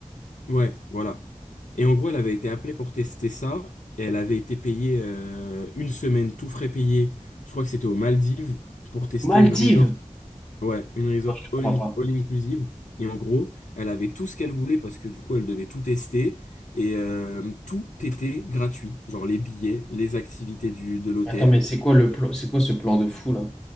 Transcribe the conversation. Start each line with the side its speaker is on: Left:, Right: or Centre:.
Left: Ouais, voilà. Et en gros, elle avait été appelée pour tester ça. Et elle avait été payée euh, une semaine, tout frais payé. Je crois que c'était aux Maldives pour tester
Centre: Maldives
Left: une resort Ouais, une resort
Centre: non, je te
Left: all,
Centre: crois
Left: in-
Centre: pas
Left: all inclusive. Et en gros, elle avait tout ce qu'elle voulait parce que du coup, elle devait tout tester. Et euh, tout était gratuit. Genre les billets, les activités du, de l'hôtel.
Centre: attends mais c'est quoi le
Left: Euh,
Centre: plan c'est quoi ce plan de fou là